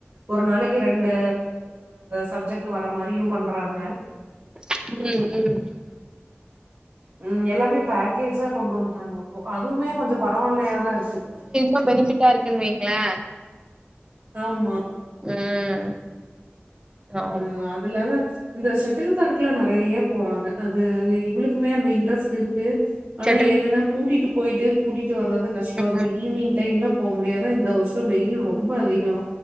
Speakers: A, on the right; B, on the right.
A: ஒரு நாளைக்கு ரெண்டு சப்ஜெக்ட் வர மாரியும் பண்றாங்க
B: ம் ம்
A: ம் எல்லாமே பேக்கேஜா கொண்டு வந்துட்டாங்க இப்போ அதும்மே கொஞ்ச பரவால்லையாதா இருக்கு
B: கு பெனிபிட்டா இருக்குன் வெய்ங்களே
A: ஆமா
B: ம் ஆமா
A: ம் அதுல்லத இந்த செட்டில் கர்க்கல நெறைய்யா போறாங்க அது இவளுக்குமே அந்த இன்ட்ரெஸ்ட் இருக்கு ஆனா
B: செட்டில்
A: என்னன்னா கூட்டிட்டு போயிட்டு கூட்டிட்டு வர்றது கஷ்டோ
B: ம்
A: அந்த ஈவ்னிங் டைம்ல போ முடியாது இந்த ப வெயில் ரொம்ப அதிகோ